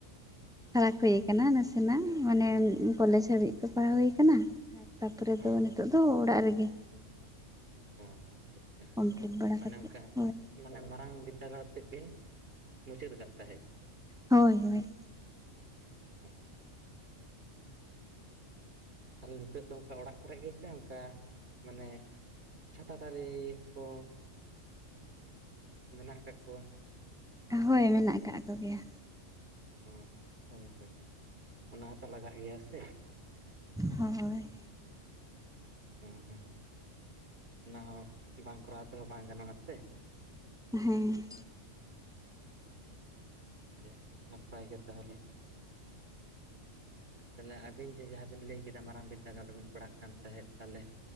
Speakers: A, in the centre; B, on the right.
A: ᱯᱷᱟᱨᱟᱠ ᱦᱩᱭ ᱠᱟᱱᱟ ᱱᱟᱥᱮᱱᱟᱜ ᱢᱟᱱᱮ ᱠᱚᱞᱮᱡᱽ
B: ᱟᱪᱪᱷᱟ
A: ᱦᱟᱹᱵᱤᱡ
B: ᱟᱪᱪᱷᱟ
A: ᱠᱚ ᱯᱟᱲᱦᱟᱣ ᱦᱩᱭ ᱠᱟᱱᱟ ᱛᱟᱯᱚᱨᱮ
B: ᱚ
A: ᱫᱚ ᱱᱤᱛᱚᱜ ᱫᱚ ᱚᱲᱟᱜ ᱨᱮᱜᱮ
B: ᱚ ᱟᱪᱪᱷᱟ ᱟᱪᱪᱷᱟ
A: ᱠᱚᱢᱯᱞᱤᱴ ᱵᱟᱲᱟ
B: ᱢᱟᱱᱮ
A: ᱠᱟᱛᱮᱫ
B: ᱚᱱᱠᱟ
A: ᱦᱳᱭ
B: ᱢᱟᱱᱮ ᱢᱟᱨᱟᱝ ᱵᱤᱫᱽᱫᱟᱹᱜᱟᱲ ᱛᱮᱫ ᱵᱤᱱ ᱢᱩᱪᱟᱹᱫ ᱟᱠᱟᱫ ᱛᱟᱦᱮᱸᱫ
A: ᱦᱳᱭ ᱦᱳᱭ
B: ᱚ ᱛᱟᱦᱚᱞᱮ ᱱᱤᱛᱚᱜ ᱫᱚ ᱚᱱᱠᱟ ᱚᱲᱟᱜ ᱠᱚᱨᱮ ᱜᱮᱥᱮ ᱚᱱᱠᱟ ᱢᱟᱱᱮ ᱪᱷᱟᱛᱟ ᱫᱟᱨᱮ ᱠᱚ ᱢᱮᱱᱟᱜ ᱟᱠᱟᱫ ᱠᱚᱣᱟ
A: ᱦᱳᱭ ᱢᱮᱱᱟᱜ ᱟᱠᱟᱫ ᱠᱚᱜᱮᱭᱟ
B: ᱦᱚᱸ ᱦᱳᱭ ᱦᱳᱭ ᱚᱱᱟ ᱦᱚᱸᱛᱚ ᱞᱟᱜᱟᱜ ᱜᱮᱭᱟ ᱥᱮ
A: ᱦᱳᱭ ᱦᱳᱭ
B: ᱦᱚᱸᱦᱚᱸ ᱚᱱᱟ ᱦᱚᱸ ᱵᱟᱝ ᱠᱚᱨᱟᱣ ᱛᱮᱦᱚᱸ ᱵᱟᱝ ᱜᱟᱱᱚᱜᱼᱟ ᱥᱮ
A: ᱦᱮᱸ
B: ᱟᱪᱷᱟ ᱱᱟᱯᱟᱭ ᱜᱮ ᱛᱟᱦᱚᱞᱮ ᱛᱟᱦᱚᱞᱮ ᱟᱵᱤᱱ ᱡᱮ ᱡᱟᱦᱟᱸ ᱵᱤᱱ ᱞᱟᱹᱭ ᱠᱮᱫᱟ ᱢᱟᱨᱟᱝ ᱵᱤᱫᱽᱫᱟᱹᱜᱟᱲ ᱨᱮᱵᱤᱱ ᱯᱟᱲᱦᱟᱜ ᱠᱟᱱ ᱛᱟᱦᱮᱸᱫ ᱛᱟᱦᱚᱞᱮ